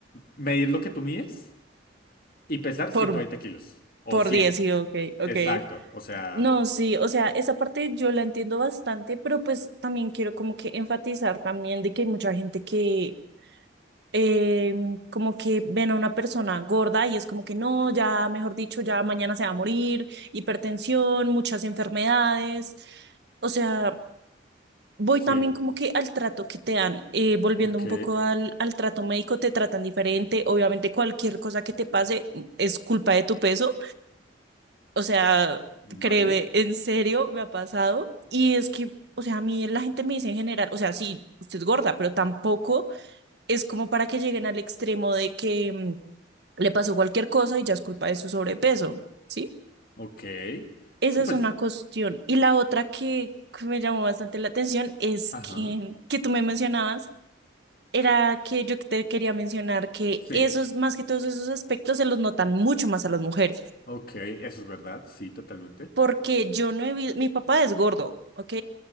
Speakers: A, on the left (about 50°); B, on the right (about 60°).
A: medir lo que tú mides y pesar ciento
B: por,
A: veinte kilos o
B: por
A: cien
B: diez sí, ok, ok.
A: Exacto, o sea,
B: No, sí, o sea, esa parte yo la entiendo bastante, pero pues también quiero como que enfatizar también de que hay mucha gente que eh, como que ven a una persona gorda y es como que no, ya, mejor dicho, ya mañana se va a morir, hipertensión, muchas enfermedades. O sea, voy
A: sí,
B: también como que al trato que te dan, eh, volviendo
A: ok,
B: un poco al, al trato médico, te tratan diferente. Obviamente cualquier cosa que te pase es culpa de tu peso. O sea,
A: vale,
B: créeme, en serio, me ha pasado. Y es que, o sea, a mí la gente me dice en general, o sea, sí, usted es gorda, pero tampoco es como para que lleguen al extremo de que mm, le pasó cualquier cosa y ya es culpa de su sobrepeso, ¿sí?
A: ok.
B: Esa
A: Sí, pues,
B: es una cuestión. Y la otra que, que me llamó bastante la atención es
A: ajá,
B: que, que tú me mencionabas, era que yo te quería mencionar que
A: sí,
B: esos, más que todos esos aspectos, se los notan mucho más a las mujeres,
A: ok, eso es verdad, sí, totalmente.
B: porque yo no he visto mi papá es gordo, ¿ok?